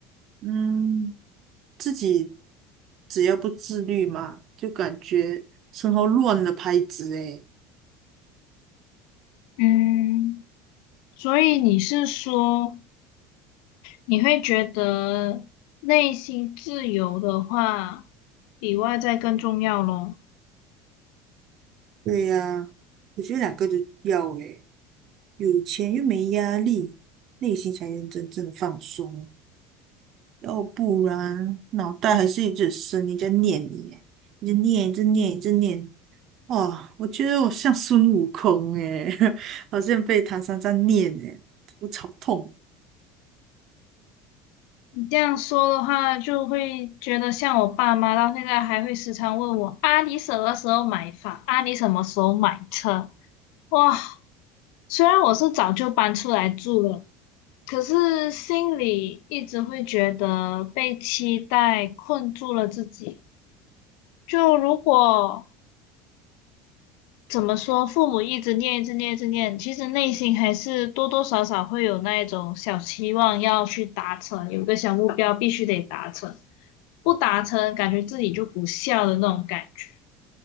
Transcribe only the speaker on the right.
嗯，自己只要不自律嘛，就感觉生活乱了拍子诶。
对呀，我觉得两个都要诶，有钱又没压力，内心才能真正的放松。要不然脑袋还是一直生，一直念你，一直念，一直念，一直念，哇，我觉得我像孙悟空诶，<laughs> 好像被唐三藏念诶，我超痛。